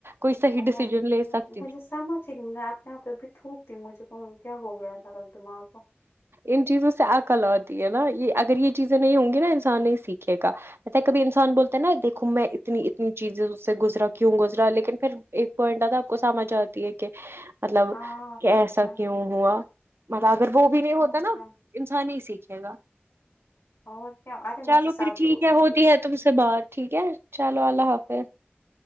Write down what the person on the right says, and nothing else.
کوئی صی
ڈسیزن لے سکتا
ان چیزوں سے عقل آتی ہے نا یہ اگر یہ چیزیں نہیں ہوں گی نا انسان نہیں سیکھے گا بھ کبھی انسان بولتے نا دیکھو میں اتنی اتنی چیزیں سے گزرا کیوں گزرا لیکن پھر ایک پوائنٹ آتا کو سمجھ آتی ہے کہ مطلب
ایسا
کیوں ہوا مطلب اگر وہ بھی نہیں ہوتا
نا
انسان ہی سیکھے گا
چلو
پھر ٹھیک
ہے ہوتی
ہے تم
سے بات ٹھیک ہے چلو اللہ حافظ